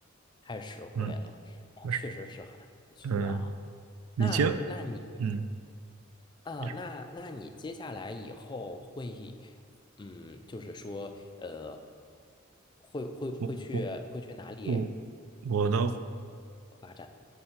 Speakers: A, on the left; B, on the right.
A: 太实惠了，
B: 嗯，
A: 那确实是很不错啊。
B: 就是嗯，你接
A: 那那你
B: 嗯，
A: 啊，
B: 你说
A: 那那你接下来以后会，嗯，就是说，呃，会会会去会去哪里
B: 我我我我的。
A: 发展？